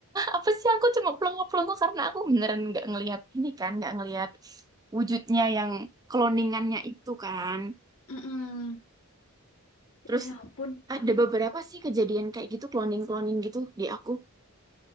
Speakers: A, on the right; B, on the left.
A: apa sih aku cuma pelongo-pelongo karena aku beneran nggak ngelihat ini kan nggak ngelihat wujudnya yang cloningannya itu kan
B: mm-mm.
A: terus
B: Ya ya ampun, takut.
A: ada beberapa sih kejadian kayak gitu cloning-cloning gitu di aku